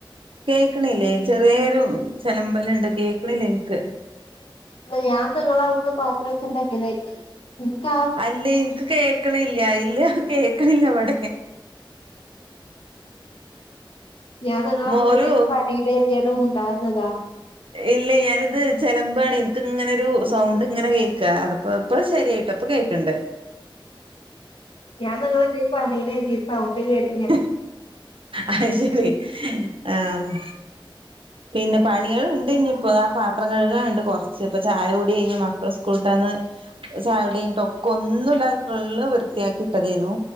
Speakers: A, on the right (about 80°); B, on the left (about 85°).
A: കേക്കണില്ലേ ചെറിയൊരു ചെലമ്പലുണ്ട് കേൾക്കണില്ല ഇന് ക്ക്
B: ഞൻ തിന്നോള ഉന്ന പാത്ര എടുത് ഉണ്ടാക്കിയതിരിക്കും ഇത്ത
A: അല്ലേയ് ഇനിക്ക് കേക്കണില്ല ഇല്ല കേക്കണില്ല ഇവടെ
B: ഞാൻ നിങ്ങളവിടെ
A: മോരു
B: <unintelligible> വഴയിലതിയാലും <unintelligible> മുണ്ടാന്നതാ
A: ഇല്ല ഞാനിത് ചെലമ്പാണ് എനക്ക്ങ്ങനെരു സൗണ്ട് ഇങ്ങനെ കേക്ക് അ അതപ്പ ഇപ്പൊ ശരിയായിട്ടോ ഇപ്പൊ കേക്ക്ണ്ട്
B: ഞാൻ നിങ്ങ <unintelligible> എന്തണ്ട് <inaudible> കേ
A: ഉം അയ്ശരി ആഹ് പിന്നെ പണിൾണ്ട് ഞ്ഞിപ്പോ ആ പാത്രം കഴുകാണ്ട് കൊർച്ച് ഇപ്പ ചായ കൂടി കഴിഞ്ഞ് മക്കള് സ് കൂട്ടന്ന് ചായകുടി കയിഞ്ഞു ടൊക്ക ഒന്നുല്ലാതെ ഫുള്ള് വൃത്തിയാക്കി ഇട്ടതേന്നു